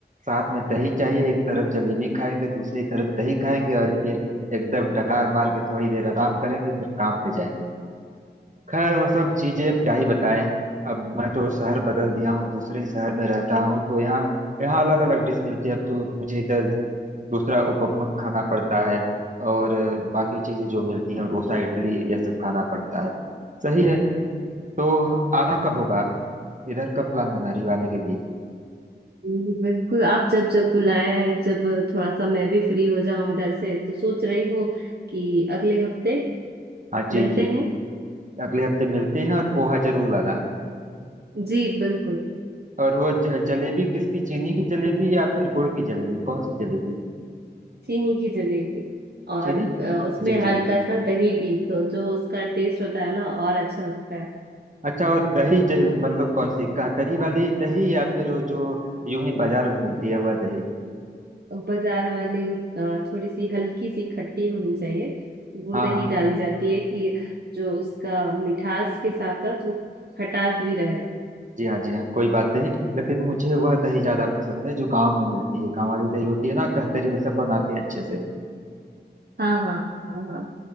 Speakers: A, on the right; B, on the right.
A: साथ में दही चाहिए एक तरफ जलेबी खाएंगे दूसरी तरफ दही खाएंगे और फिर एकदम डकार मार के थोड़ी देर आराम करेंगे फिर काम पे जाएंगे खैर वह सब चीजें अब क्या ही बताएं अब मैं तो शहर बदल दिया हूँ दूसरे शहर में रहता हूँ तो यहाँ यहाँ अलग अलग डिश मिलती है अब तो मुझे इधर दूसरा उपमन खाना पड़ता है और अ, बाकी चीजें जो मिलती हैं डोसा इडली ये सब खाना पड़ता है सही है तो आना कब होगा इधर कब प्लान बना रही हो आने के लिए
B: हम्म, बिल्कुल आप जब जब बुलाएं जब थोड़ा सा मैं भी फ्री हो जाऊं इधर से तो सोच रही हूँ कि अगले हफ्ते
A: हाँ जी
B: मिलते
A: जी
B: हैं
A: अगले हफ्ते मिलते हैं और पोहा जरूर लाना
B: जी बिल्कुल
A: और वो ज- जलेबी किसकी चीनी की जलेबी या फिर गुड़ की जलेबी कौन सी जलेबी
B: चीनी की जलेबी और
A: चीनी की
B: अ, उसमें
A: जी जी
B: हल्का सा दही भी तो जो उसका टेस्ट होता है ना और अच्छा लगता है
A: अच्छा और दही ज, मतलब कौन सी कातरी वाली दही या फिर वो जो यूं ही बाजार में मिलती है वह दही
B: बाजार वाली अ, थोड़ी सी हल्की सी खट्टी होनी चाहिए वो
A: हाँ
B: दही
A: हाँ।
B: डाली जाती है कि जो उसका मिठास के साथ साथ वो खटास भी रहे
A: जी हाँ जी हाँ कोई बात नहीं लेकिन मुझे वह दही ज्यादा पसंद है जो गांव में मिलती है गांव वाली दही होती है ना कहतरी में सब बनाते हैं अच्छे से
B: हाँ हाँ हाँ हाँ।